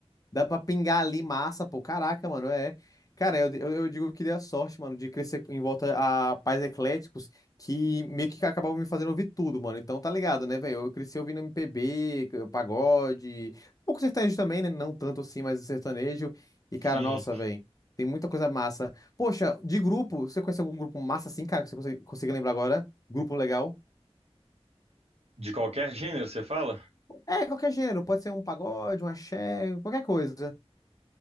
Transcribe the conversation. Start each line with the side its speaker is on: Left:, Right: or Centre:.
Left: Dá pra pingar ali massa, pô. Caraca, mano, é. Cara, eu, eu, eu digo que dei a sorte, mano, de crescer em volta a pais ecléticos que meio que acabavam me fazendo ouvir tudo, mano. Então tá ligado, né, velho? Eu cresci ouvindo MPB, pagode, um pouco sertanejo também, né? Não tanto assim, mas sertanejo. E,
Right: Sim.
Left: cara, nossa, velho, tem muita coisa massa. Poxa, de grupo, você conhece algum grupo massa assim, cara, que você consegue, consegue lembrar agora? Grupo legal?
Right: De qualquer gênero, você fala?
Left: É, qualquer gênero, pode ser um pagode, um axé, qualquer coisa.